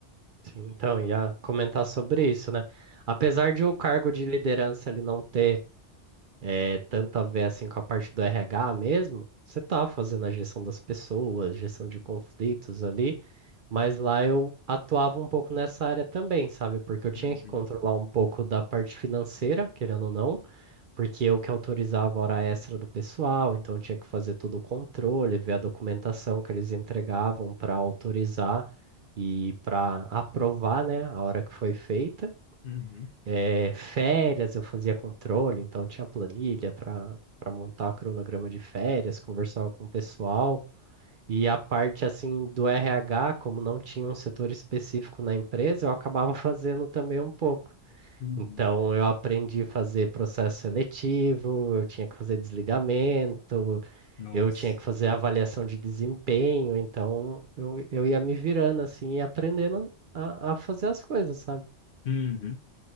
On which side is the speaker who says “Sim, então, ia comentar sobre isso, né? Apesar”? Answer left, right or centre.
Right